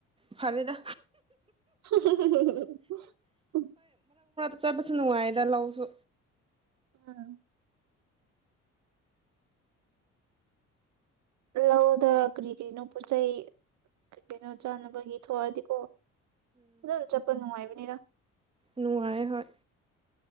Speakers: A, on the right; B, on the right.
A: ꯐ꯭ꯍꯔꯦ ꯗꯥ꯫
B: <unintelligible>
A: ꯆ꯭ꯇꯄꯥꯁꯨ ꯅꯨꯉ꯭ꯒꯥꯏ ꯗꯥ ꯂꯥꯑꯣ ꯁꯨ꯫
B: <inaudible> ꯂꯧꯗ ꯀꯔꯤ ꯀꯔꯤꯅꯣ ꯄꯣꯠ ꯆꯩꯩ ꯀꯔꯤ ꯀꯔꯤꯅꯣ ꯆꯥꯅꯕꯒꯤ ꯊꯣꯛꯑꯗꯤ ꯀꯣ ꯑꯗꯨꯝ ꯆ꯭ꯇꯄꯥ ꯅꯨꯡꯒꯥꯏꯕꯥꯅꯤ ꯗꯥ꯫
A: ꯅꯨꯡꯗꯥꯏ ꯍꯣꯏ꯫